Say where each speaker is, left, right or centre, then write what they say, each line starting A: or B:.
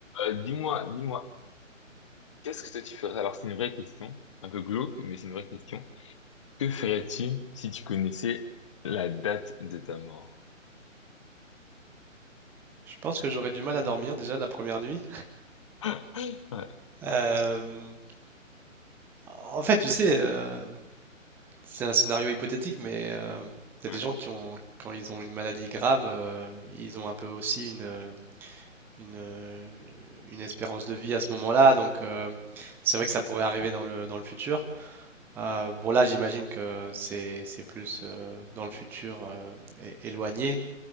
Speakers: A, on the left; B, in the centre.
A: Euh, dis-moi, dis-moi, qu'est-ce que toi tu ferais? Alors c'est une vraie question, un peu glauque, mais c'est une vraie question. Que ferais-tu si tu connaissais la date de ta mort?
B: Je pense que j'aurais du mal à dormir déjà la première nuit.
A: <laughs> Ouais,
B: Euh, en fait, tu sais, euh, c'est un scénario hypothétique, mais euh, il y a
A: ouais,
B: des gens qui ont, quand ils ont une maladie grave, euh, ils ont un peu aussi une, euh, une, euh, une espérance de vie à ce moment-là. Donc, euh, c'est vrai que
A: ouais,
B: ça pourrait arriver dans le, dans le futur. Euh, bon, là, j'imagine que c'est, c'est plus euh, dans le futur euh, é- éloigné.